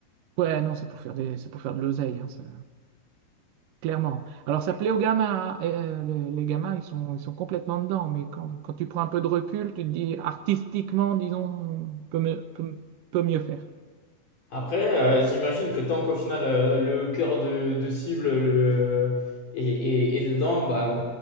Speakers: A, on the right (about 70°); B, on the left (about 55°).
A: Ouais, non, c'est pour faire des, c'est pour faire de l'oseille, hein, ça- clairement. Alors ça plaît aux gamins, hein, et, euh, les, les gamins, ils sont, ils sont complètement dedans, mais quand, quand tu prends un peu de recul, tu te dis artistiquement, disons, peut, me- peut, peut mieux faire.
B: Après, euh, j'imagine que tant qu'au final euh, le cœur de, de cible le, est, est- est dedans, bah